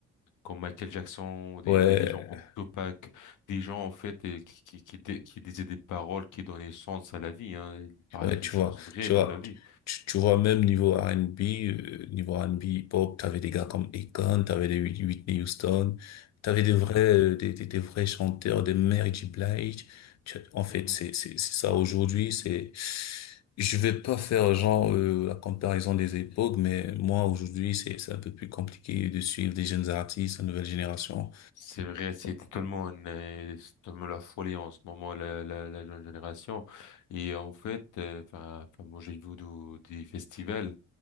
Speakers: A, on the left; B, on the left.
A: comme Michael Jackson, des
B: ouais.
A: des légendes comme Tupac, des gens en fait euh, qui qui qui, dé- qui disaient des paroles qui donnaient sens à la vie. Hein. Ils parlaient
B: Ouais,
A: des
B: tu
A: choses
B: vois,
A: vraies
B: tu
A: dans
B: vois,
A: la vie.
B: tu, tu vois, même niveau R&B, euh, niveau R&B hip-hop, t'avais des gars comme Akon, t'avais des Whit- Whitney Houston, t'avais des vrais,
A: Mhm.
B: euh, des, des, des vrais chanteurs, des Mary J. Blige. Tu- En fait,
A: Mhm.
B: c'est, c'est, c'est ça aujourd'hui, c'est, je vais pas faire genre, euh, la comparaison des époques, mais moi, aujourd'hui, c'est, c'est un peu plus compliqué de suivre des jeunes artistes, une nouvelle génération.
A: C'est vrai, c'est totalement, une, euh, c'est totalement la folie en ce moment, la, la, la jeune génération. Et en fait, euh, enfin, enfin, moi, j'ai vu du- des festivals